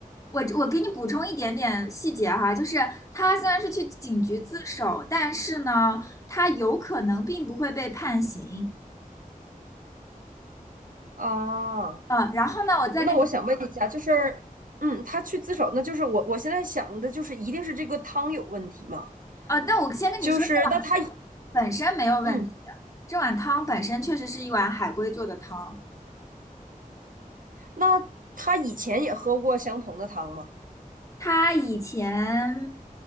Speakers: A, on the left (about 20°); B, on the right (about 65°).
A: 我我给你补充一点点细节哈，就是他虽然是去警局自首，但是呢，他有可能并不会被判刑。
B: 啊！
A: 呃，然后呢，我再跟你，
B: 那我想问一下，就是，嗯，他去自首，那就是我我现在想的就是，一定是这个汤有问题嘛？
A: 啊，那我先跟你说，
B: 就是那他，
A: 这碗汤本身没有问题，
B: 嗯，
A: 这碗汤本身确实是一碗海龟做的汤。
B: 那他以前也喝过相同的汤吗？
A: 他以前，